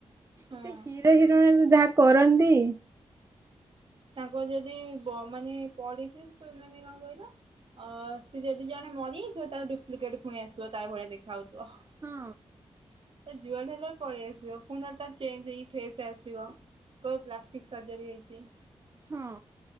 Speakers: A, on the right (about 55°); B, on the right (about 25°).
A: ହୁଁ।
B: ସେ ହିରୋ ହିରୋଇଣିକୁ ଯାହା କରନ୍ତି
A: ତାଙ୍କ ଯଦି ବ ମାନେ ପଡିଥିବ ତ ଏ ମାନେ କଣ କହିଲ ଅ ସିଏ ଯଦି ଜଣେ ମରିଯାଇଥିବ ତାର ଡୁପ୍ଲିକେଟ ଫୁଣି ଆସିବ ତା ଭଳିଆ ଦେଖାଯାଉଥୁବ।
B: ହଁ
A: ତ ଯୁଆଡୁ ହେଲେ ପଳେଇ ଆସିବ ପୁଣି ଥରେ ତାର ଚେଞ୍ଜ ହେଇ ଫେର ସେ ଆସିବ। କହିବ ପ୍ଲାଷ୍ଟିକ ସର୍ଜରୀ ହେଇଚି।
B: ହଁ